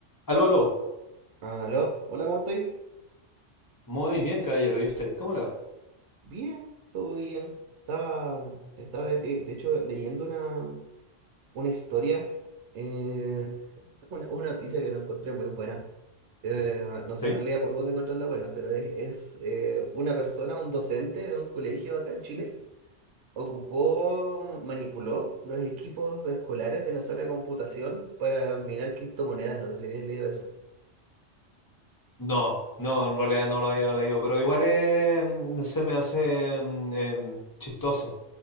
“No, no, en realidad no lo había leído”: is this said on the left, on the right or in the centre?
Left